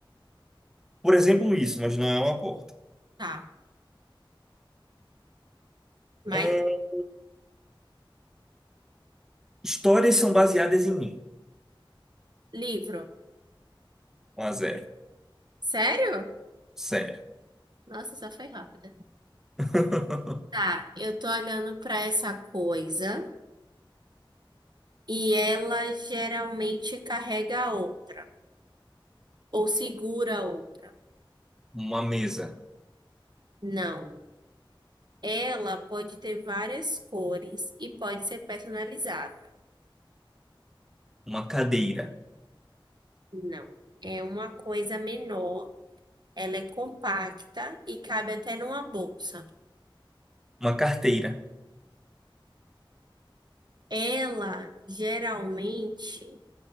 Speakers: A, in the centre; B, on the right.
A: Por exemplo, isso, mas não é uma porta.
B: Tá. Mais
A: Ahn, histórias são baseadas em mim.
B: livro.
A: Um a zero,
B: Sério?
A: Sério.
B: Nossa, só foi rápida.
A: <laughs>
B: Tá, eu tô olhando pra essa coisa e ela geralmente carrega a outra ou segura a outra.
A: Uma mesa,
B: Não, ela pode ter várias cores e pode ser personalizada.
A: uma cadeira,
B: Não, é uma coisa menor, ela é compacta e cabe até numa bolsa.
A: uma carteira,
B: Ela geralmente